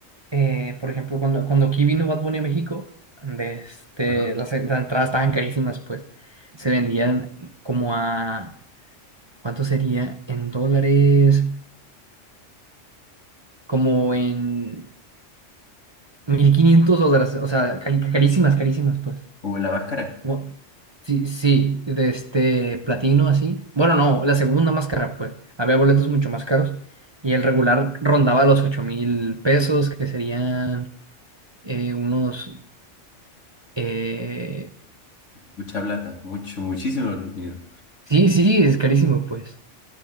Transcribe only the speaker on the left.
Ajá.
O la máscara,
mucha plata, mucho, muchísimo dinero,